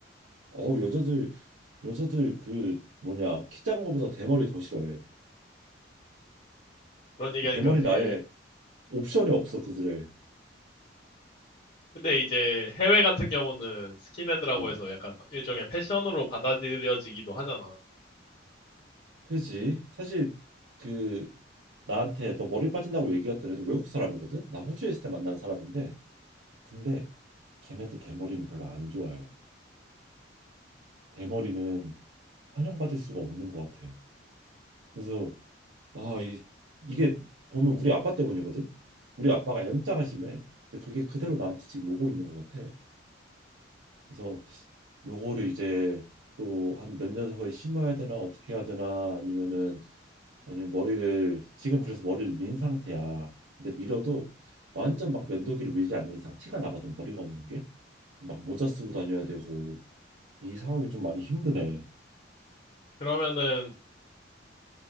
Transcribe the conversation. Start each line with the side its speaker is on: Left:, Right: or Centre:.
Right: 어 여자들 여자들 그 뭐냐 키 작은 거보다 대머리 더 싫어해.
Left: 그런 얘기하니까
Right: 그 대머리는
Left: 되게
Right: 아예 옵션이 없어 그들의.
Left: 근데 이제 해외 같은 경우는 스킨헤드라고
Right: 음.
Left: 해서 약간 일종의 패션으로 받아들여지기도 하잖아.
Right: 그지? 사실 그 나한테 너 머리 빠진다고 얘기했던 애도 외국 사람이거든. 나 호주에 있을 때 만난 사람인데 근데 걔네도 대머리는 별로 안 좋아해. 대머리는 환영받을 수가 없는 것 같아. 그래서 아 이, 이게 보면 우리 아빠 때문이거든. 우리 아빠가 M자가 심해. 근데 그게 그대로 나한테 지금 오고 있는 것 같아. 그래서 요거를 이제 또 한 몇 년 후에 심어야 되나 어떻게 해야 되나 아니면은 아니면 머리를 지금 그래서 머리를 민 상태야. 근데 밀어도 완전 막 면도기를 밀지 않는 이상 티가 나거든 머리가 없는 게. 막 모자 쓰고 다녀야 되고 이 상황이 좀 많이 힘드네.
Left: 그러면은